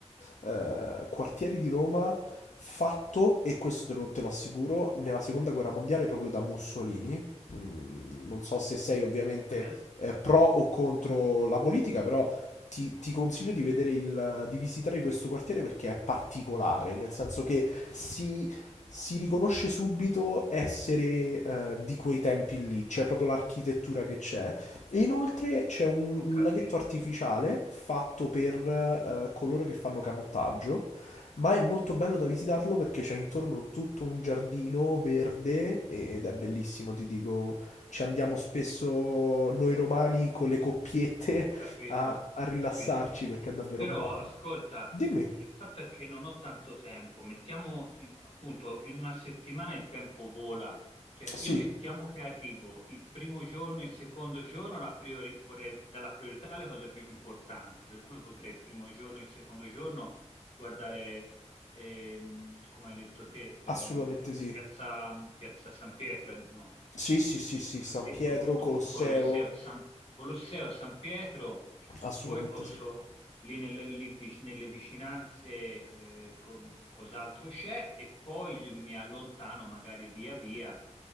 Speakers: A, on the left; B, on the left.
A: eh, eh, quartiere di Roma fatto, e questo te lo, te lo assicuro, nella seconda guerra mondiale proprio da Mussolini. Mm, non so se sei ovviamente
B: Ok.
A: eh, pro o contro la politica, però ti, ti consiglio di vedere il, di visitare questo quartiere perché è particolare, nel senso che si si riconosce subito essere eh, di quei tempi lì, c'è proprio l'architettura che c'è. E inoltre c'è un,
B: Ho
A: un
B: capito,
A: laghetto artificiale
B: sì, sì.
A: fatto per eh, coloro che fanno canottaggio, ma è molto bello da visitarlo perché c'è intorno tutto un giardino verde ed è bellissimo, ti dico, ci andiamo spesso noi romani con le coppiette
B: Ho capito,
A: a, a
B: ho
A: rilassarci
B: capito.
A: perché è davvero
B: Però
A: bello.
B: ascolta,
A: Dimmi.
B: il fatto è che non ho tanto tempo, mettiamo i- appunto in una settimana il tempo vola, cioè
A: Sì,
B: io mettiamo che arrivo il primo giorno, il secondo giorno, la priori- vorrei dare la priorità alle cose più importanti, per cui potrei il primo giorno e il secondo giorno guardare, ehm, come hai detto te, eh,
A: assolutamente sì.
B: piazza, piazza San Pietro, eh, no,
A: Sì,
B: ehm,
A: sì, sì, sì,
B: quello
A: San
B: hai detto
A: Pietro,
B: dopo
A: Colosseo,
B: il Colosseo, San, Colosseo San Pietro,
A: assolutamente
B: poi posso
A: sì.
B: lì nelle, lì vic- nelle vicinanze eh, co- cos'altro c'è e poi mi allontano magari via via.